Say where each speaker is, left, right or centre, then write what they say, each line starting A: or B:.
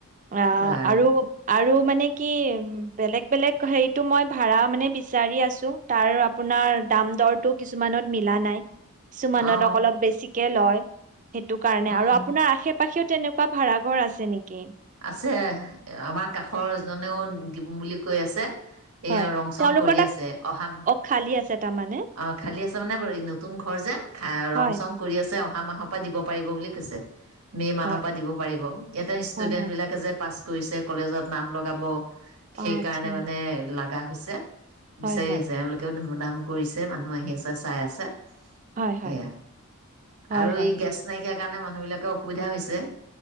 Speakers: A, on the right; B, on the right.
A: আ
B: বাৰু
A: আৰু আৰু মানে কি বেলেগ-বেলেগ হেৰিটো মই ভাৰা মানে বিচাৰি আছো, তাৰ আপোনাৰ দাম দৰটো কিছুমানত মিলা নাই। কিছুমানত
B: অ
A: অলপ বেছিকে লয়। সেইটো কাৰণে
B: উম
A: আৰু আপোনাৰ আশে-পা পাশেও তেনেকুৱা ভাড়া ঘৰ আছে নিকি?
B: আছে, আমাৰ কাষৰ জনেও দিম বুলি কৈ আছে। এইয়া
A: হয়
B: ৰং-চং
A: তেওঁলোকৰ
B: কৰি
A: তাত
B: আছে অহা
A: অ খালী আছে তাৰমানে
B: অ' খালি আছে মানে নতুন ঘৰ যে খা
A: হয়
B: ৰং চং কৰি আছে অহা মাহৰ পৰা দিব পাৰিব বুলি কৈছে। মে' মানৰ
A: হয়
B: পৰা দিব পাৰিব। ইয়াতে ষ্টুডেণ্টবিলাকে
A: হয় হয়
B: যে পাছ কৰিছে। কলেজত নাম লগাব,
A: অ
B: সেইকাৰণে
A: আচ্ছা
B: মানে, লাগ লগা হৈছে।
A: হয়
B: বিচাৰি
A: হয়
B: আছে। এওঁলোকেও ধুম দাম কৰিছে মানুহ আহি আছে চাই আছে।
A: হয় হয়
B: এয়া
A: হয়
B: আৰু
A: হয়
B: এই গেছ নাইকিয়া সেইকাৰণে মানুহবিলাকৰ অসুবিধা হৈছে।